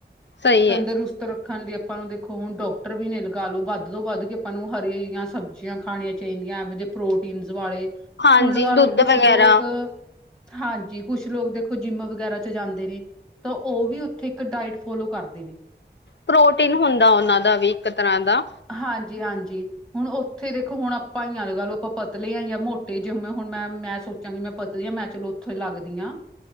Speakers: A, on the left (about 75°); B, in the centre.
A: ਸਹੀ
B: ਤੰਦਰੁਸਤ
A: ਹੈ
B: ਰੱਖਣ ਦੀ ਆਪਾਂ ਨੂੰ ਦੇਖੋ ਹੁਣ ਡਾਕ ਪਰ ਵੀ ਲਗਾ ਲੋ ਵੱਧ ਤੋਂ ਵੱਧ ਕੇ ਆਪਾਂ ਨੂੰ ਹਰੇਆਂ ਸਬਜ਼ੀਆਂ ਖਾਣੀਆਂ ਚਾਹੀਦੀਆਂ ਐਵੇਂ ਦੇ ਪ੍ਰੋਟੀਨ ਵਾਲੇ
A: ਹਾਂਜੀ
B: ਹੁਣ ਲਗਾ ਲੋ
A: ਦੁੱਧ
B: ਕੁਛ
A: ਵਗੈਰਾ
B: ਲੋਕ ਹਾਂਜੀ ਕੁਛ ਲੋਕ ਦੇਖੋ ਜਿੰਮ ਵਗੈਰਾ 'ਚ ਜਾਂਦੇ ਨੇ। ਤੋਂ ਉਹ ਵੀ ਉੱਥੇ ਇੱਕ ਡਾਇਟ ਫੋਲੋ ਕਰਦੇ ਨੇ।
A: ਪ੍ਰੋਟੀਨ ਹੁੰਦਾ ਉਨਾਂ ਦਾ ਵੀ ਇੱਕ ਤਰ੍ਹਾਂ ਦਾ।
B: ਹਾਂਜੀ-ਹਾਂਜੀ। ਹੁਣ ਓਥੇ ਦੇਖੋ ਹੁਣ ਆਪਾਂ ਈ ਆ ਲੱਗਾ ਲੋ, ਆਪਾਂ ਪਤਲੇ ਆਂ ਯਾ ਮੋਟੇ ਜਿਵੇਂ ਹੁਣ ਮੈਂ, ਮੈਂ ਸੋਚ ਚਾਂਗੀ ਮੈਂ ਪਤਲੀ ਆਂ, ਮੈਂ ਚਲੋ ਓਥੋਂ ਈ ਲੱਗਦੀ ਆਂ